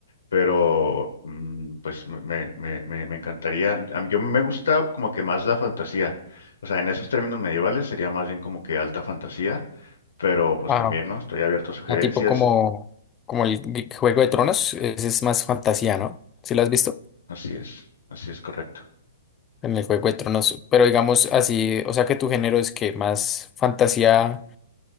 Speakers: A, on the left; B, on the left.
A: pero mm, pues me, me, me, me- me encantaría, a mí, yo me gusta como que más la fantasía, o sea, en esos términos medievales sería más bien como que alta fantasía, pero pues
B: Ah,
A: también, ¿no? Estoy abierto a sugerencias,
B: a tipo como, como el Juego de Tronos, ese es más fantasía, ¿no? ¿Sí lo has visto?
A: así es, así es correcto.
B: En el Juego de Tronos. Pero digamos así, o sea que tu género es que más fantasía